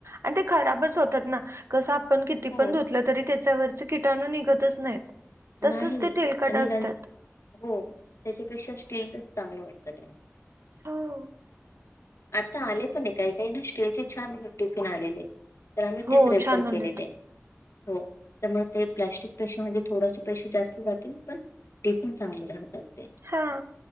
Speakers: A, on the right; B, on the left.
A: आणि ते खराबच होतात ना कसं आपण किती
B: हो.
A: पण धुतलं तरी त्याच्यावर किटणू निघतच नाही तसच
B: नाही
A: ते तेलकाट
B: आणि
A: असतात
B: नं हो त्याच्यापेक्षा स्टेंटच चांगलं वाटतं त्यांना
A: हो
B: आता आले पण काही काही ना स्टेज छान टिफिन आलेले तर आम्ही
A: हो,
B: तीच रेफर
A: छान उलट
B: केलेली आहे हो त्या मग ते प्लॅस्टिक पेशी म्हणे थोडसे पेशी जास्त जातील पण ते पण चांगले राहतात ते.
A: हां